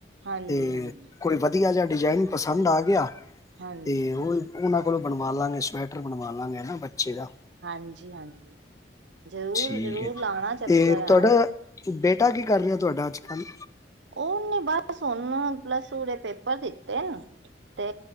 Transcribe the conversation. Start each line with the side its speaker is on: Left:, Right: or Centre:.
Right: ਹਾਂਜੀ
Left: ਤੇ
Right: ਹਾਂਜੀ
Left: ਕੋਈ ਵਧੀਆ ਜਿਹਾ ਡਿਜ਼ਾਇਨ ਪਸੰਦ ਆ ਗਿਆ ਅਤੇ
Right: ਹਾਂਜੀ
Left: ਉਹ ਉਹਨਾਂ ਕੋਲੋਂ ਬਣਵਾ ਲਾਂਗੇ ਸਵੈਟਰ ਬਣਵਾ ਲਾਂਗੇ ਹਨਾ ਬੱਚੇ ਦਾ
Right: ਹਾਂਜੀ ਹਾਂਜੀ ਜ਼ਰੂਰ
Left: ਠੀਕ
Right: ਜ਼ਰੂਰ
Left: ਹੈ
Right: ਲਾਉਣਾ ਚੱਕਰ
Left: ਤੇ ਤੁਹਾਡਾ
Right: ਹੈਨਾ
Left: ਬੇਟਾ ਕੀ ਕਰ ਰਿਹਾ ਤੁਹਾਡਾ ਅੱਜ ਕੱਲ੍ਹ
Right: ਉਹ ਨ ਬਸ ਹੁਣ ਪਲੱਸ ਟੂ ਦੇ ਪੇਪਰ ਦਿੱਤੇ ਨੇ ਤੇ